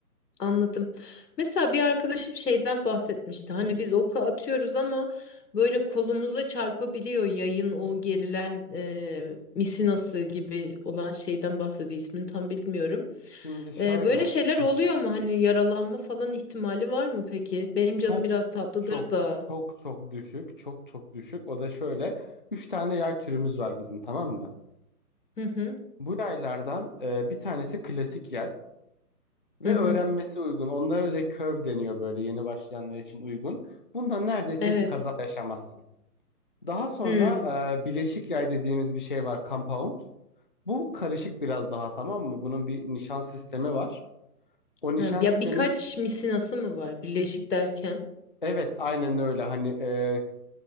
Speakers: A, on the left; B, on the left.
A: Anladım. Mesela bir arkadaşım şeyden bahsetmişti. Hani biz oku atıyoruz ama böyle kolumuza çarpabiliyor yayın o gerilen e, misinası gibi olan şeyden bahsediyor. İsmini tam bilmiyorum.
B: Şimdi şöyle
A: E, böyle şeyler
B: Heh.
A: oluyor mu? Hani yaralanma falan ihtimali var mı peki? Benim
B: çok
A: canım biraz tatlıdır
B: çok
A: da.
B: çok çok düşük çok çok düşük o da şöyle üç tane yay türümüz var bizim tamam mı?
A: Hı hı
B: Bu yaylardan e, bir tanesi klasik yay ve
A: hı hı.
B: öğrenmesi uygun onlara recurve deniyor böyle yeni başlayanlar için uygun. Bundan neredeyse
A: Evet.
B: hiç kaza yaşamazsın. Daha sonra
A: Hı.
B: e, bileşik yay dediğimiz bir şey var compound. Bu karışık biraz daha tamam mı? Bunun bir nişan sistemi var. O nişan
A: Ha, ya
B: sistemi
A: birkaç misinası mı var birleşik derken?
B: evet aynen öyle hani e,